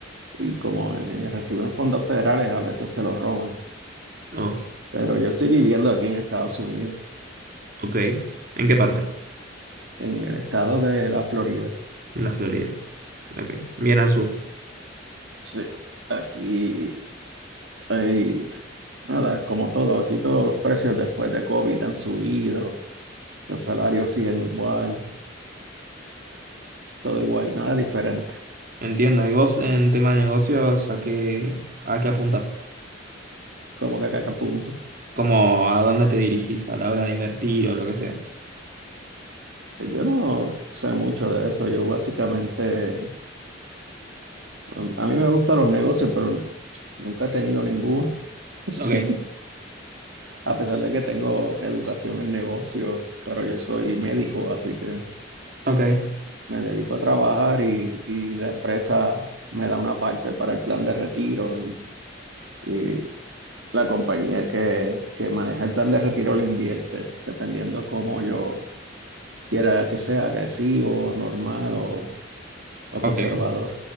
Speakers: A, on the right (about 75°); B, on the right (about 50°).
A: y como eh, reciben fondos federales a veces se los roban.
B: Oh,
A: Pero yo estoy viviendo aquí en Estados Unidos,
B: ok. ¿En qué parte?
A: en el estado de la Florida.
B: En la Florida. Ok. Bien al sur.
A: Sí, aquí hay, nada, como todo, aquí todos los precios después de COVID han subido, los salarios siguen igual, todo igual, nada diferente,
B: Entiendo. ¿Y vos en tema de negocios a qué, a qué apuntás?
A: como que acá, acá punto.
B: ¿Cómo a dónde te dirigís a la hora de invertir o lo que sea?
A: Pues yo no sé mucho de eso. Yo básicamente, a, a mí me gustan los negocios, pero nunca he tenido ninguno. <laughs> Sí.
B: Ok,
A: A pesar de que tengo educación en negocios, pero yo soy médico, así que
B: ok,
A: me dedico a trabajar y, y la empresa me da una parte para el plan de retiro y, y la compañía que, que maneja el plan de retiro lo invierte, dependiendo cómo yo quiera que sea, agresivo, normal o, o
B: ok,
A: conservador.